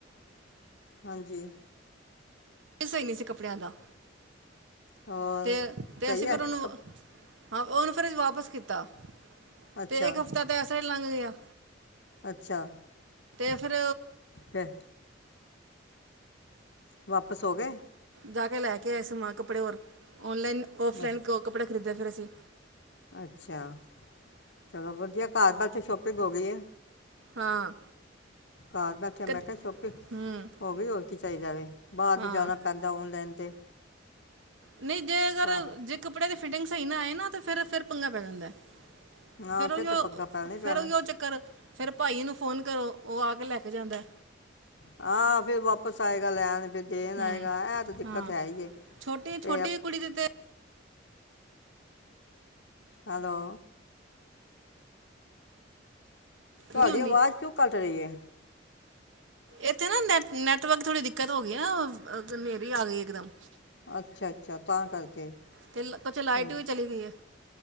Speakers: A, on the left (about 65°); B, on the right (about 90°).
A: ਹਾਂਜੀ।
B: ਇਹ ਸਹੀ ਨੀ ਸੀ, ਕੱਪੜੇ ਦਾ।
A: ਹੋਰ
B: ਤੇ ਤੇ
A: ਸਹੀ
B: ਅਸੀਂ ਫਿਰ
A: ਏ,
B: ਉਹਨੂੰ
A: ਕਪ
B: ਹਾਂ, ਉਹਨੂੰ ਫਿਰ ਵਾਪਿਸ ਕੀਤਾ।
A: ਅੱਛਾ
B: ਤੇ ਇੱਕ ਹਫ਼ਤਾ ਤੇ ਇਸ ਤਰ੍ਹਾਂ ਹੀ ਲੰਘ ਗਿਆ।
A: ਅੱਛਾ।
B: ਤੇ ਫਿਰ
A: ਫਿਰ। ਵਾਪਿਸ ਹੋ ਗਏ।
B: ਜਾ ਕੇ ਲੈ ਕੇ ਆਏ ਸੀ, ਕੱਪੜੇ ਹੋਰ। ਓਨਲਾਈਨ, ਆਫਲਾਈਨ
A: ਅ-
B: ਕੱਪੜ ਖਰੀਦਿਆ ਫਿਰ ਅਸੀਂ
A: ਅੱਛਾ ਚਲੋ ਵਧੀਆ ਘਰ ਬੈਠੇ ਸ਼ੋਪਿੰਗ ਹੋ ਗਈ ਏ
B: ਹਾਂ
A: ਘਰ ਬੈਠਿਆ
B: ਕਦ
A: ਮੈਂ ਕਿਹਾ ਸ਼ੋਪਿੰਗ
B: ਹੂੰ
A: ਹੋ ਗਈ ਹੋਰ ਕੀ ਚਾਹੀਦੈ ਬਾਹਰ
B: ਹਾਂ
A: ਨੀ ਜਾਣਾ ਪੈਂਦਾ ਓਨਲਾਈਨ ਤੇ
B: ਨਹੀਂ ਜੇ ਅਗਰ
A: ਕਾ-
B: ਜੇ ਕੱਪੜੇ ਦੇ ਫਿਟਿੰਗ ਸਹੀ ਨਾ ਆਏ ਨਾ ਫੇਰ ਫੇਰ ਪੰਗਾ ਪੈ ਜਾਂਦਾ
A: ਹਾਂ
B: ਫਿਰ ਉਹ
A: ਫੇਰ
B: ਜੋ
A: ਤੇ ਪੱਗਾ ਪੈਣੈ ਹੀ ਪੈਣੈ
B: ਫਿਰ ਉਹ ਜੋ ਚੱਕਰ ਫਿਰ ਭਾਈ ਨੂੰ ਫੋਨ ਕਰੋ ਉਹ ਆ ਕੇ ਲੈ ਕੇ ਜਾਂਦਾ।
A: ਆ ਫੇਰ ਵਾਪਿਸ ਆਏਗਾ, ਲੈਣ ਫਿਰ ਦੇਣ
B: ਹੂੰ
A: ਆਏਗਾ ਇਹ ਤੇ ਦਿੱਕਤ
B: ਹਾਂ
A: ਹੈ ਹੀ
B: ਛੋਟੀ
A: ਤੇ
B: ਛੋਟੀ ਕੁੜੀ ਦੇ ਤੇ
A: ਹੈਲੋ, ਤੁਹਾਡੀ
B: ਨਹੀਂ ਹੁੰਦੀ
A: ਆਵਾਜ਼ ਕਿਉਂ ਕੱਟ ਰਹੀ ਏ
B: ਇੱਥੇ ਨਾ ਨੈਟ ਨੈਟਵਰਕ ਥੋੜੀ ਦਿੱਕਤ ਹੋ ਗਈ ਨਾ ਹਨੇਰੀ ਆ ਗਈ ਇਕਦਮ
A: ਅੱਛਾ-ਅੱਛਾ ਤਾਂ ਕਰਕੇ,
B: ਤੇ ਕੁਛ ਲਾਈਟ
A: ਅ
B: ਵੀ ਚਲੀ ਗਈ ਹੈ